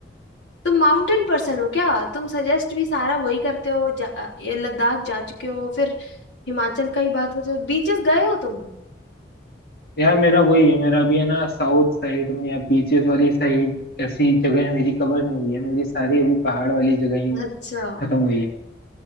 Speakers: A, on the left; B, on the left.
A: तुम माउंटेन पर्सन हो क्या तुम सजेस्ट भी सारा वही करते हो जा, ये लद्दाख जा चुके हो फिर हिमाचल का ही बात होते हो, बीचेस गए हो तुम
B: यार मेरा वही है मेरा भी है ना साउथ साइड में या बीचेस वाली साइड ऐसी जगहें मेरी कवर नहीं हुई है मेरी सारी अभी पहाड़ वाली जगहें
A: अच्छा
B: खत्म हुई है